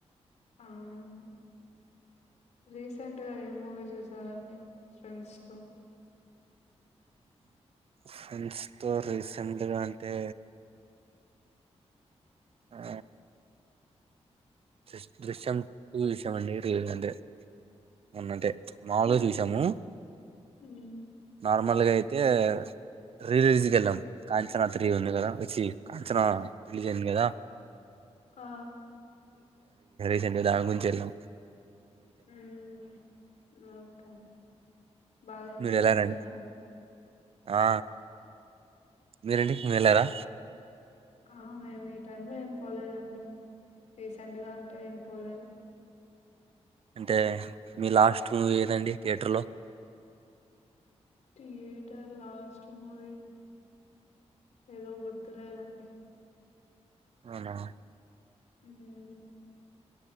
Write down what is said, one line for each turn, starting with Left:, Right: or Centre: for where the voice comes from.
Left: ఆ రీసెంట్ రీసెంట్ గా ఏం మూవీ చూసారాండి ఫ్రెండ్స్ తో
Right: ఫ్రెండ్స్ తో రీసెంట్గా అంటే ఆ దృశ్ దృశ్యం టు చూసాం అండి మొ న్నంటే మాములుగ దూసము
Left: ఉమ్
Right: నార్మల్గా అయితే అయితే రిలీజ్కి వెళ్ళాం కాంచనా త్రీ ఉంది గా చి కాంచనా రిలీజ్ అయింది గాదా
Left: క
Right: నిన్న దానీ గుంరించి ఏల్లాం
Left: ఉ ఒకే బాగా ఎంజాయ్
Right: మీరు వెళ్లారండి
Left: చేసారా
Right: ఆ మీరండి మీరు ఏళ్ళారా
Left: ఆ మేము ఈ టైమ్ లో ఏం పోలేదండి రీసెంట్ గా అంటే ఏం పోలేదు
Right: అంటే మీ లాస్ట్ మూవీ ఏదండి థియేటర్ లో
Left: థియేటర్ లాస్ట్ మూవీ ఏదో గుర్తులేదండి
Right: అవునా
Left: హ్